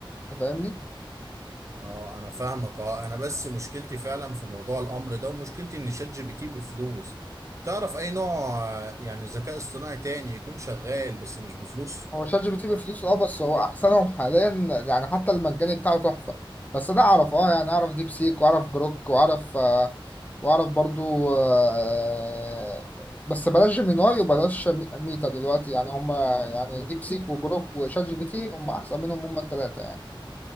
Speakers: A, on the left; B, on the right.
A: انت فاهمني
B: اه انا فاهمك اه انا بس مشكلتي فعلا في موضوع الامر ده ومشكلتي ان شات جي بي تي بفلوس تعرف اي نوع آه، يعني ذكاء اصطناعي تاني يكون شغال بس مش بفلوس
A: هو شات جي بي تي بفلوس اه بس هو احسنهم حاليا يعني حتى المجاني بتاعه تحفه بس ده اعرف اه يعني اعرف ديب سيك واعرف جروك واعرف آه واعرف برضو آه بس بلاش جيميناي وبلاش مي- ميتا دلوقتي يعني هم يعني ديب سيك وجروك وشات جي بي تي هم احسن منهم هم الثلاثه يعني